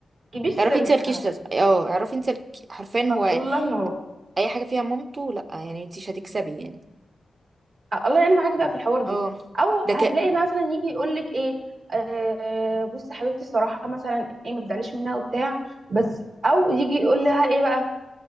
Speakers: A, on the right; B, on the right.
A: تجيبيش سيرتها
B: اعرفي انت مالكيش لازمه اه اعرفي انت الك- حرفيا هو
A: الله ينور
B: اي حاجه فيها مامته لا يعني انت مش هتكسبي يعني
A: الله يعين معاكي بقى في الحوار دي
B: اه
A: او
B: ده
A: هتلاقي
B: ك
A: مثلا يجي يقول لك ايه آه بصي حبيبتي الصراحه مثلا ايه ما تزعليش منها وبتاع بس او يجي يقول لها ايه بقى